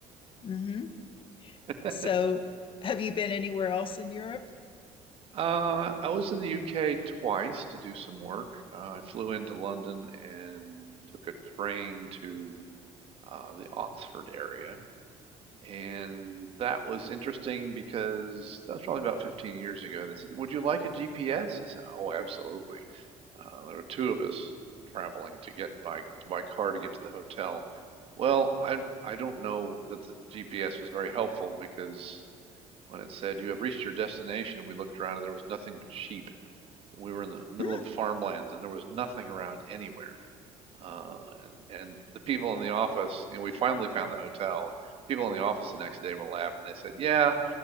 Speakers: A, on the left; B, on the right.
A: Mm-hmm.
B: <laughs>
A: So, have you been anywhere else in Europe?
B: Uh, I was in the UK twice to do some work. Uh, I flew into London and took a train to uh, the Oxford area. And that was interesting because that was probably about 15 years ago. They said, Would you like a GPS? I said, Oh, absolutely. Uh, there were two of us traveling to get by to by car to get to the hotel. Well, I I don't know that the GPS was very helpful because when it said you have reached your destination, we looked around and there was nothing but sheep. We were in the middle
A: <laughs>
B: of farmlands and there was nothing around anywhere. Uh, and, and the people in the office, you know, we finally found the hotel. People in the office the next day were laughing. They said, "Yeah,